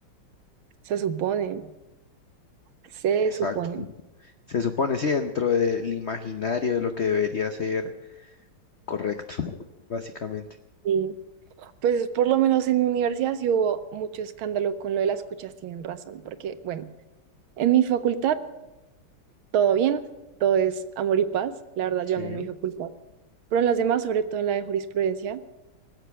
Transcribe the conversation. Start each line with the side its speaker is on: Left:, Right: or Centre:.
Right: se supone, se
Left: Exacto.
Right: supone.
Left: Se supone, sí, dentro del imaginario de lo que debería ser correcto, básicamente.
Right: Y pues por lo menos en mi universidad sí hubo mucho escándalo con lo de las cuchas, tienen razón, porque bueno, en mi facultad todo bien, todo es amor y paz, la verdad
Left: Sí.
Right: yo amo mi facultad, pero en las demás, sobre todo en la de jurisprudencia,